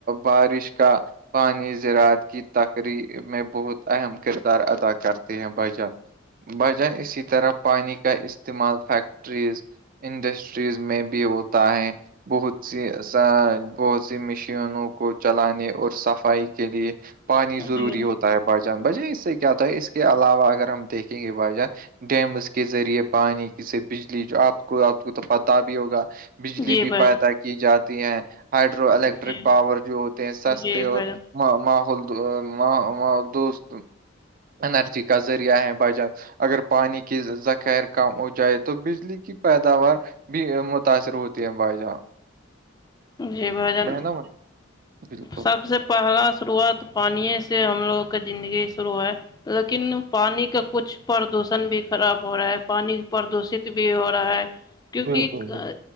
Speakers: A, on the right; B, on the left.
A: بارش کا پانی زراعت کی تقری میں بہت اہم کردار ادا کرتے ہیں بھجن بجان اسی طرح پانی کا استعمال فیکٹریز انڈسٹریز میں بھی ہوتا ہے بہت سی ایس بہت سی مشینوں کو چلانے اور صفائی کے لیے پانی ضروری
B: جی
A: ہوت باجان بج اس سے کیا ہوتا ہے اس کے علاوہ اگر ہم دیکھیں گے بجان ڈیمز کے کے ذریعے پانی ک سے بجلی جو آپ کو آپ کو تو پتا بھی ہوگا بجلی
B: جی
A: بھی
B: بھائی
A: پیدا کی جاتی ہیں ہائڈرو الیکٹرک
B: جی
A: پاور جو ہوتے ہیں سستے
B: جی بھائی
A: اور ماحول دوول دوست اینرجی کا ذریعہ ہے بائی چانس اگر پانی کے ذخیر کم ہو جائے تو بجلی کی پیداوار بھی متاثر ہوتی ہے بھائی جان
B: جی بھجن
A: ہے نا بھائی؟ بالکل
B: سب سے پہلا شروعات پانی سے ہم لوگ کا زندگی شروع ہے لیکن پانیانی کا کچھ پردوشن بھی خراب ہو رہا ہے پانی پردوشت بھی ہو رہا ہے کیونکہ
A: بالکل بالکل